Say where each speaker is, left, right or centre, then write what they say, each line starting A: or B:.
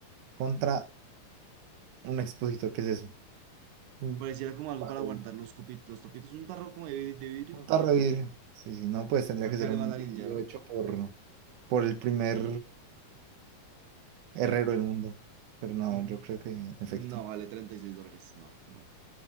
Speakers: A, on the right; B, on the right.
A: contra un expositor que es eso. Mm.
B: Pareciera como algo para
A: Sí.
B: guardar los copitos, los topitos. Un tarro como de, vid- de vidrio
A: Un
B: y
A: tarro
B: ya.
A: de vidrio. Sí, sí, no, pues tendría
B: Yo
A: que
B: creo que
A: ser
B: vale
A: un
B: más la
A: vidrio
B: ninja, ¿no?
A: hecho por, por el primer herrero del mundo. Pero no,
B: Ujú.
A: yo creo que, en efecto,
B: No, vale 36 dólares. No, no.